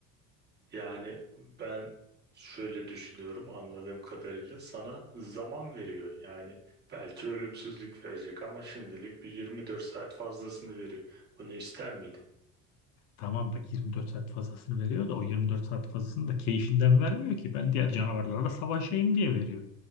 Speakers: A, on the right (about 30°); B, on the left (about 80°).
A: Yani ben şöyle düşünüyorum anladığım kadarıyla sana zaman veriyor. Yani belki ölümsüzlük verecek ama şimdilik bir 24 saat fazlasını veriyor. Bunu ister miydin?
B: Tamam bak 24 saat fazlasını veriyor da o 24 saat fazlasını da keyfinden vermiyor ki. Ben diğer canavarlarla savaşayım diye veriyor.